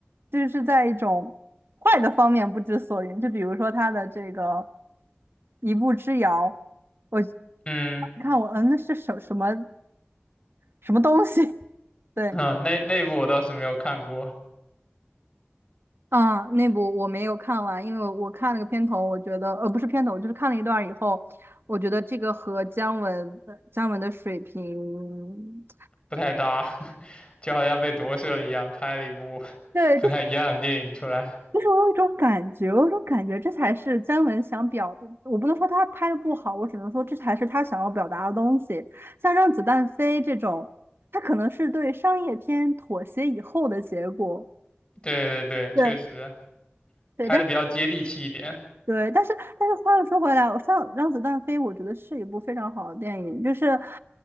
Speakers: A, on the right; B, on the left.
A: 就是在一种坏的方面不知所云，就比如说他的这个一步之遥，我
B: 嗯。
A: 看我嗯那是什什么什么东西？<laughs> 对，
B: <laughs> 啊，那那部我倒是没有看过，
A: 啊，那部我没有看完，因为我我看了个片头，我觉得呃不是片头，就是看了一段儿以后，我觉得这个和姜文姜文的水平。
B: 不太搭，<laughs> 就好像被夺舍了一样，拍了一部 <laughs>
A: 对，
B: 不太一样的电影出来。
A: 这就是我有一种感觉，我有一种感觉，这才是姜文想表，我不能说他拍的不好，我只能说这才是他想要表达的东西。像《让子弹飞》这种，它可能是对商业片妥协以后的结果。
B: 对对对，确实
A: 对对，
B: 拍的比较接地气一点。
A: 但对，但是但是话又说回来，我上《让子弹飞》，我觉得是一部非常好的电影，就是